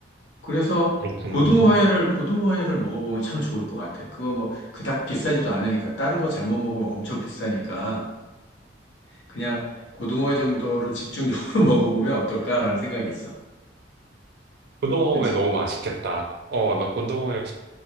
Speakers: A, on the left; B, on the right.
A: 그래서
B: 그렇구나.
A: 고등어회를 고등어회를 먹어보면 참 좋을 것 같아. 그거 뭐 그닥 비싸지도 않으니까 다른 거 잘못 먹으면 엄청 비싸니까. 그냥 고등어회 정도를 집중적으로 <laughs> 먹어보면 어떨까라는 생각이 있어.
B: 고등어회
A: 그렇지.
B: 너무 맛있겠다. 어, 나 고등어회